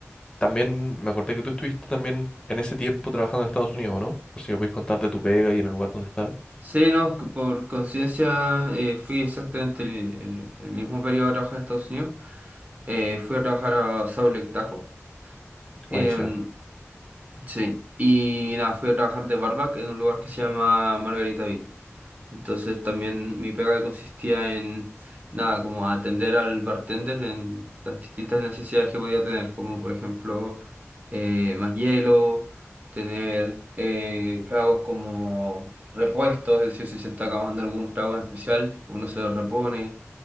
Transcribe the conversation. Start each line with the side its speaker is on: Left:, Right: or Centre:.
Left: también me acordé que tú estuviste también en ese tiempo trabajando en Estados Unidos, ¿no? Por si me puedes contar de tu pega y en el lugar donde estabas.
Right: Sí, no, c- por coincidencia eh, fui exactamente el, el- el mismo periodo a trabajar en Estados Unidos. Eh, fui a trabajar a Salt Lake Tahoe. Em,
Left: Buenísimo.
Right: sí, y nada, fui a trabajar de barback en un lugar que se llama Margaritaville. Entonces también mi pega consistía en nada, como atender al bartender en las distintas necesidades que podía tener, como por ejemplo eh, más hielo, tener eh, tragos como repuestos, es decir, si se está acabando algún trago en especial, uno se lo repone,